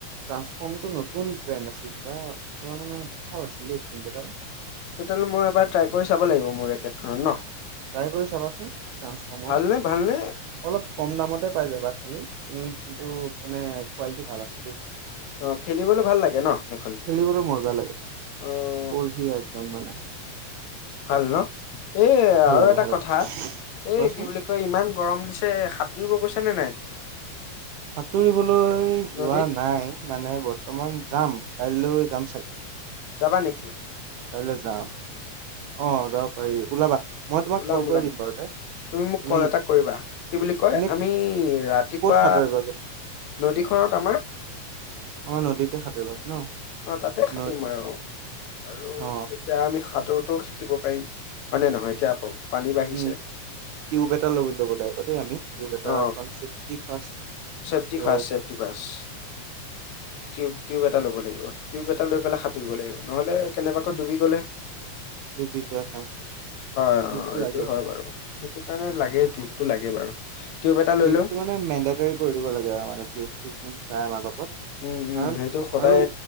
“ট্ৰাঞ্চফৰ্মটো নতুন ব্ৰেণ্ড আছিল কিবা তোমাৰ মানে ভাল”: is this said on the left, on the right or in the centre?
Right